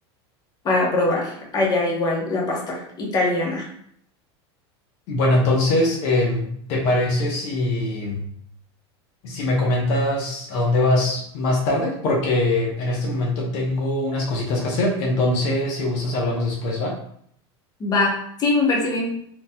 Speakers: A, on the left; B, on the left.
A: para probar allá igual la pasta italiana.
B: Bueno, entonces, em, ¿te parece si... Si me comentas a dónde vas más tarde, porque en este momento tengo unas cositas que hacer, entonces si gustas hablamos después, ¿va?
A: Va, sí, me parece bien.